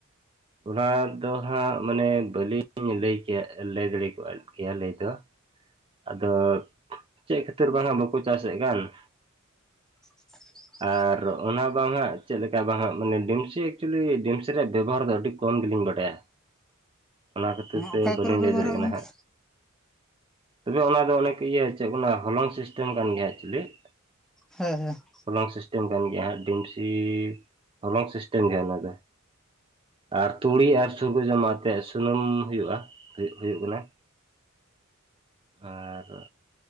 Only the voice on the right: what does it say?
ᱚᱱᱟ ᱫᱚ ᱦᱟᱸᱜ ᱢᱟᱱᱮ ᱵᱟᱹᱞᱤᱧ ᱞᱟᱹᱭ ᱠᱮᱭᱟ ᱞᱟᱹᱭ ᱫᱟᱲᱮ ᱠᱚᱜᱼᱟ, ᱠᱮᱭᱟ ᱞᱟᱹᱭ ᱫᱚ ᱾ ᱟᱫᱚ ᱪᱮᱫ ᱠᱷᱟᱹᱛᱤᱨ ᱵᱟᱝ ᱠᱚ ᱪᱟᱥᱮᱫ ᱠᱟᱱ ᱾
ᱟᱨ ᱚᱱᱟ ᱵᱟᱝ ᱦᱟᱜ ᱪᱮᱫ ᱞᱮᱠᱟ ᱵᱟᱝ ᱦᱟᱸᱜ ᱢᱟᱱᱮ ᱰᱤᱢᱥᱤ ᱮᱠᱪᱩᱭᱮᱞᱤ ᱰᱤᱢᱥᱤ ᱨᱮᱭᱟᱜ ᱵᱮᱵᱚᱦᱟᱨ ᱫᱚ ᱟᱹᱰᱤ ᱠᱚᱢ ᱜᱮᱞᱤᱧ ᱵᱟᱰᱟᱭᱟ ᱾ ᱚᱱᱟ ᱠᱷᱟᱹᱛᱤᱨ ᱛᱮ
ᱵᱟᱹᱞᱤᱧ
ᱞᱟᱹᱭ ᱫᱟᱲᱮᱭᱟᱜ ᱠᱟᱱᱟ
ᱦᱟᱸᱜ ᱾ ᱛᱚᱵᱮ ᱚᱱᱟ ᱫᱚ ᱚᱱᱮᱠ ᱤᱭᱟᱹ ᱪᱮᱫ ᱠᱚ ᱢᱮᱱᱟ ᱦᱚᱞᱚᱝ ᱥᱤᱥᱴᱮᱢ ᱠᱟᱱ ᱜᱮᱭᱟ ᱮᱠᱪᱩᱭᱮᱞᱤ ᱾
ᱦᱚᱞᱚᱝ ᱥᱤᱥᱴᱮᱢ ᱠᱟᱱ ᱜᱮᱭᱟ ᱦᱟᱸᱜ ᱾ ᱰᱤᱢᱥᱤ ᱦᱚᱞᱚᱝ ᱥᱤᱥᱴᱮᱢ ᱜᱮᱭᱟ ᱚᱱᱟ ᱫᱚ ᱾ ᱟᱨ ᱛᱩᱲᱤ ᱟᱨ ᱥᱩᱨ ᱠᱚ ᱡᱚᱢᱟ ᱟᱛᱮᱫ ᱥᱩᱱᱩᱢ ᱦᱩᱭᱩᱜᱼᱟ, ᱦᱩᱭᱩᱜ ᱠᱟᱱᱟ ᱾ ᱟᱨ